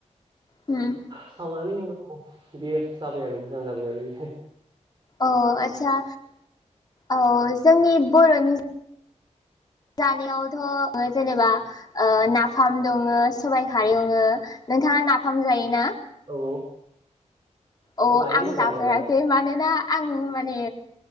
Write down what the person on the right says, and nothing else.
सावनानै उनाव बियो जाबाय आरो मोजां जाबाय आरो इयो
औ औ
जायोमोन
जानायालाय